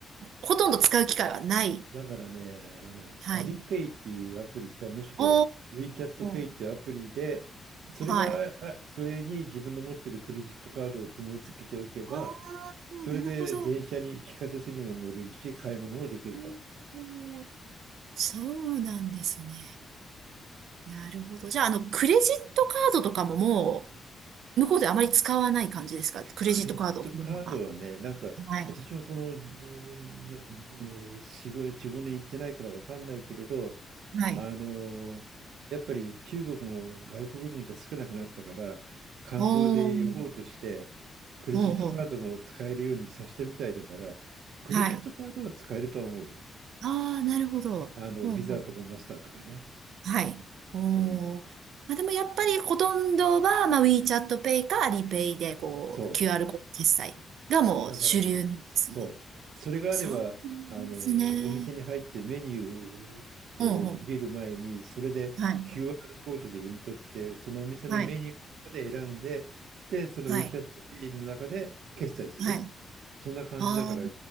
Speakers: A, on the right; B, on the right.
A: ほとんど使う機会はない。
B: だからね、あの、
A: はい。
B: アリペイっていうアプリか、もしくは
A: お
B: WeChat Pay
A: ー、
B: っていうアプリで、それが、
A: はい。あ
B: あそれに自分の持ってるクレジットカードを紐付けておけば、
A: あ、なるほど。
B: それで電車に、地下鉄にも乗れるし、買い物もできると。
A: へーそうなんですね。なるほど。じゃあ、あの、クレジットカードとかもも向こうであまり使わない感じですかクレジットカードを取るのが。
B: クレジットカードはね、なんか、
A: はい。
B: 私もこの、えーなえー4、5、4、年行ってないから分かんないけれど、
A: はい。
B: あのやっぱり中国も外国人が少なくなったから観光で呼ぼうとしてクレジットカードも使えるようにさせたみたいだからクレジットカードは使えるとは思うよ。
A: おおほうほうほう。はい。ああ、なるほど。
B: あのビザとかマスターとかね。
A: ほうほう。はい。おおまあ、
B: うん。
A: でもやっぱりほとんどは、まあ、WeChat Pay か Alipay で、こう、
B: そう。
A: QR コード決済がもう主流なんですね。
B: だから、そう。それがあれば、
A: そう
B: あの、
A: ですね。
B: お店に入ってメニューを見る前に、
A: ほうほ
B: それで
A: う。はい。
B: QR コードで読み取って、そのお店のメニューの中で選んで、
A: はい。
B: で、その
A: はい。
B: WeChat Pay の中で決済する。
A: はい。
B: そんな感じだから、
A: あ